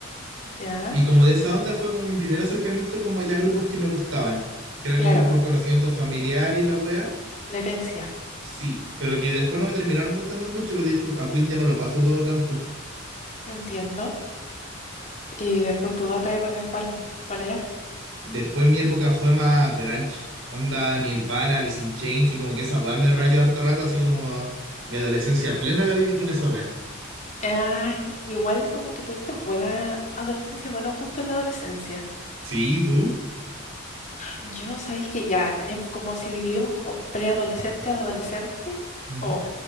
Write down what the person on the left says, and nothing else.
ya.
Claro,
la herencia,
entiendo. Y después tu otra época, ¿cuál, cuál era?
Ah, igual como que tuviste buena adolescencia, buenos gustos en la adolescencia.
Yo sabéis que ya, es como si dividimos como preadolescente, adolescente,
o